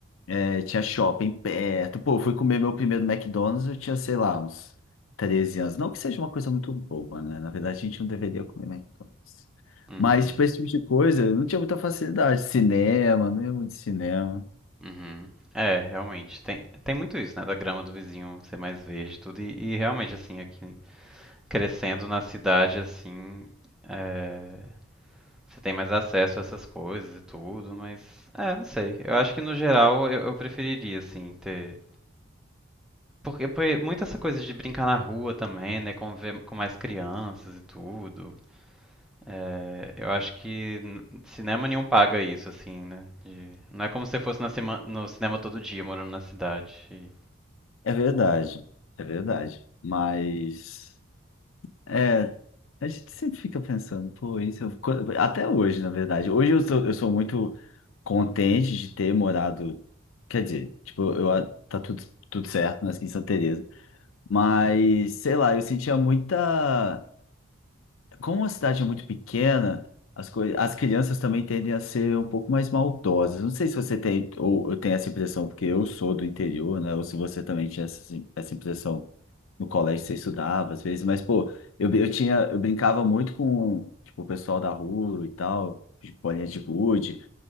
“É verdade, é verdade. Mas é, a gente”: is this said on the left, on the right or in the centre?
Left